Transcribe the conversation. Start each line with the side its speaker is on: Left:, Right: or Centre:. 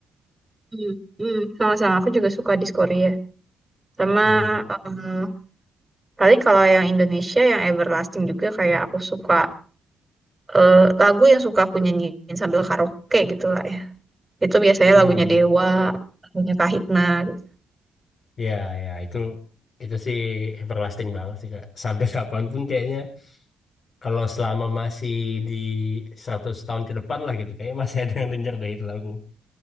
Right: Hmm, hmm, sama-sama aku juga suka di Korea. Sama
Left: Mm.
Right: eh, paling kalau yang Indonesia yang everlasting juga kayak aku suka eh, lagu yang suka aku nyanyiin sambil karaoke gitu lah ya. Itu biasanya
Left: Hmm,
Right: lagunya Dewa, lagunya Kahitna gitu.
Left: ya, ya itu itu sih everlasting banget sih Kak. Sampai <laughs> kapanpun kayaknya Kalau selama masih di 100 tahun ke depan lah gitu, kayaknya masih ada yang denger deh itu lagu.